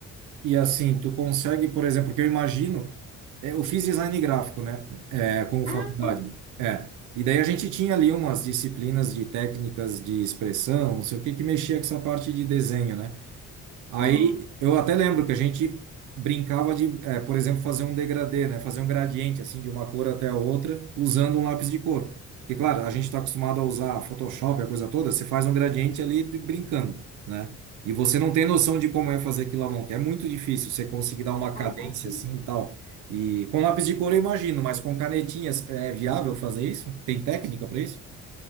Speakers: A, on the right; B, on the left.
A: E assim, tu consegue, por exemplo, que eu imagino, é, eu fiz design gráfico, né? É, como
B: Ah,
A: faculdade. É. E daí a gente tinha ali umas disciplinas de técnicas de expressão, não sei o que, que mexia com essa parte de desenho, né? Aí
B: aham,
A: eu até lembro que a gente brincava de, eh, por exemplo, fazer um degradê, né? Fazer um gradiente assim de uma cor até a outra usando um lápis de cor. Porque, claro, a gente está acostumado a usar Photoshop, a coisa toda, você faz um gradiente ali de- brincando, né? E você não tem noção de como é fazer aquilo à mão, que é muito difícil você conseguir dar uma
B: ah,
A: cadência
B: imagino.
A: assim e tal. E com lápis de cor eu imagino, mas com canetinhas é viável fazer isso? Tem técnica para isso?